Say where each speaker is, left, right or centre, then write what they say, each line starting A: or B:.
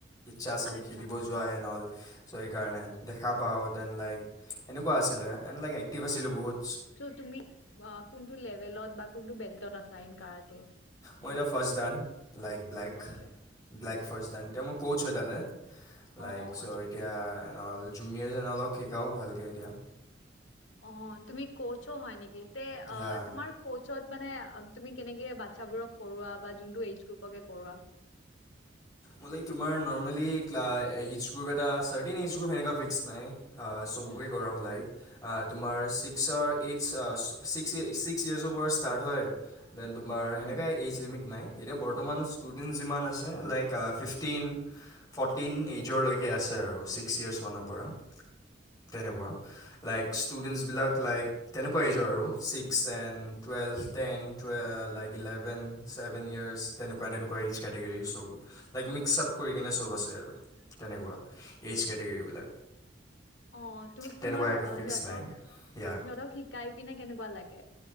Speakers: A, on the left; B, on the left.
A: ইচ্ছা আছিলে
B: আচ্ছা
A: খেলিব যোৱ এন অল। চ' সেইকাৰণে দেখা পাওঁ দেন লাইক সেনেকুৱা আছিলে এণ্ড লাইক এক্টিভ আছিলোঁ বহুত।
B: চ' তুমি আ কোনটো লেবেলত বা কোনটো বেল্টত আছা ইন কাৰা
A: মই এতিয়া first dan, like black
B: okay
A: black first dan এতিয়া মই কোচ হয় তাতে,
B: অ',
A: লাইক
B: অ',
A: চ'
B: আচ্ছা
A: এতিয়া জুনিয়ৰছ এন অলক শিকাওঁ ভালকৈ এতিয়া।
B: অ', তুমি কচও হয় নেকি? তে আহ
A: ইয়া
B: তোমাৰ ক চ' মানে তুমি কেনেকে বাচ্ছাবোৰক কৰোৱা বা যোনটো এইজ গ্ৰুপকে কৰোৱা।
A: মানে তোমাৰ নৰ্মেলি ক্লা এইজ গ্ৰুপ এটা চাৰ্তেইন এইজ গ্ৰুপ সেনেকা ফিক্স নাই। আহ চবকে
B: উম,
A: কৰাও লাইক আহ তোমাৰ চি চাৰ এইট চাৰ আহ ছিক্স ছিক্স য়াৰছৰ পৰা ষ্টাৰ্ট হয়, ডেন তোমাৰ
B: উম।
A: সেনেকা এইজ লিমিট নাই, এতিয়া বৰ্ত বৰ্তমান ষ্টুডেন্ট যিমান আছে, লাইক তা ফিফটিন, ফৰ্টিন এইজ'লৈকে আছে আৰু ছিক্স ইয়াৰ্ছ মানৰ পৰা তেনেকুৱা, লাইক ষ্টুডেণ্টছবিলাক লাইক তেনেকুৱা এইজৰ আৰু ছিক্স এণ্ড টুৱেলভ, টেন টুয়ে লাইক ইলেভেন ছেভেন ইয়াৰছ তেনেকুৱা তেনেকুৱা এইজ কেটেগৰীৰ চব। লাইক মিক্স আপ কৰি কেনে চব আছে আৰু, তেনেকুৱা এইজ কেটেগৰী
B: অ তো
A: তেনেকুৱা
B: তোমাৰ
A: একো
B: অ
A: ফিক্স
B: সিহঁতক
A: নাই, য়াহ
B: সিহঁতক শিকাই পিনে কেনেকুৱা লাগে